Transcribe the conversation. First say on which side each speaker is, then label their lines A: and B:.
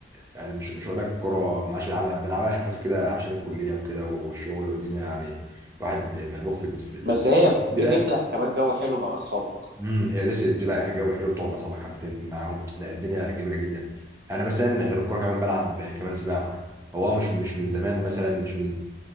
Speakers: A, on the right (about 15°); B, on the right (about 60°).
A: يعني مش مش هقول لك الكوره ما عادش بيلعبها بيلعبها خفيف كده عشان الكليه وكده والشغل والدنيا يعني الواحد ملبوخ في في ال...
B: بس هي بتخلق
A: كده
B: كمان جو حلو مع أصحابك
A: امم هي لسه بتبقى جو حلو بتقعد مع اصحابك حبتين معاهم لا الدنيا جميله جدا انا مثلا غير الكوره كمان بلعب كمان سباحه هو آه مش مش من زمان مثلا مش من